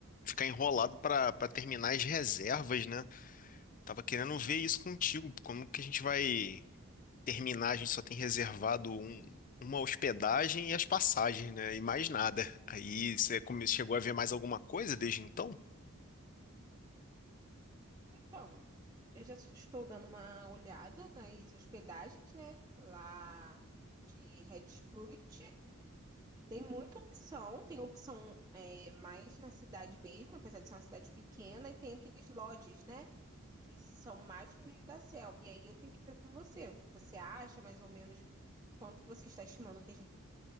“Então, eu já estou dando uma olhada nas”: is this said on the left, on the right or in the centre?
Right